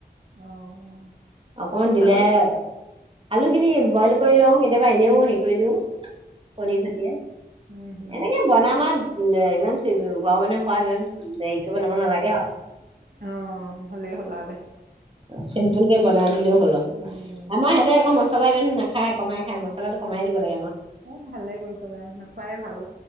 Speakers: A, on the right; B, on the right.
A: অ'।
B: অকমান দিলেহে
A: আলু
B: আলু খিনি
A: অ',
B: বইল কৰি লওঁ কেতিয়াবা বা এনেও হেৰি কৰিলও। কণী ভুজিয়া
A: উম, হম,
B: এনেকে বনাম আৰু উ ইমান ঘৰৰ মানুহে খোৱা ইমান হেৰি কৰিব নাব নালাগে আৰু
A: অ হলে হলা দে
B: চিম্পুল কে বনাই দিলও হল
A: উম,
B: আমাৰ সিহতে একক ম মছলা ইমান নাখায় কমাই খাই মছাটো কমাই দিব লাগেমাৰ
A: এ ভালে কৰিছ তাই নোখুৱাই ভাল